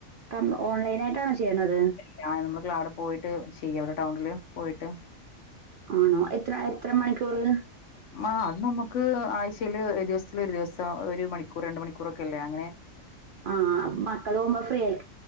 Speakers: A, on the right (about 65°); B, on the left (about 70°).
A: കം ഓൺലൈനായിട്ടാണ് ചെയ്യണത്
B: ഞായ നമ്മള് അവിടെ പോയിട്ട് ചെയ്യ അവിടെ ടൗണില് പോയിട്ട്
A: ആണോ എത്ര എത്ര മണിക്കൂറ്
B: മാ അത് നമുക്ക് ആഴ്ചയില് ദിവസത്തില ഒരു ദിവസം ഒരു മണിക്കൂർ രണ്ട് മണിക്കൂർ ഒക്കെല്ലേ അങ്ങനെ
A: ആഹ് അപ് മക്കൾ പോഉമ്പോ ഫ്രീ ആയി